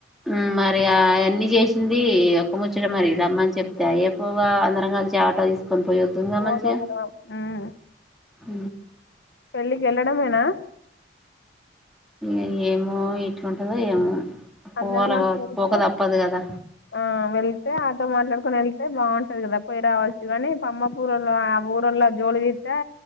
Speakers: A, in the centre; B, on the left (about 65°).
A: ఉమ్ మరి ఆ అయన్నీ జేషింది ఒ. పముచ్చట మరి రమ్మన్ చెప్తే అయ్యేపోగా అందరం గల్సి ఆటోదీస్. కన్పొయుద్దుంగా
B: పోదాం
A: మంచిగా.
B: మ్మ్
A: హ
B: పెళ్ళికి యెళ్ళడమేనా.
A: ఎ ఏమో ఎట్లుంటందో ఏమో. పోవాలి
B: అందరం గల్సి
A: కావచ్చు
B: వెళ్తే
A: పోక తప్పదు కదా
B: ఆ వెళ్తే ఆటో మాట్లాడుకొనెళ్తే బాగు. టది కదా పొయ్ రావచ్చు అని సమ్మకూరొల్ల ఆ ఊరల్ల జోలిదీత్తే